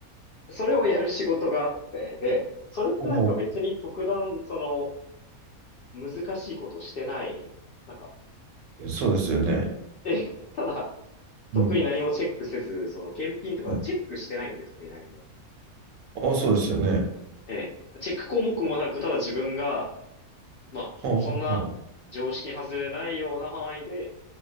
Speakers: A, on the left; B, on the right.
A: それをやる仕事があって、で、それってなんか別に特段、
B: ほうほ
A: その、難しいことをしてない、なんか、
B: う。そうですよね。
A: え、ただ、特に何もチェックせず、
B: うん。
A: その検品とかチェックしてないんで、
B: はい
A: 特に何も。
B: あ、そうですよね。
A: ええ。チェック項目もなく、ただ自分が、まあ、
B: ほうほうほう。
A: そんな常識に外れないような範囲で、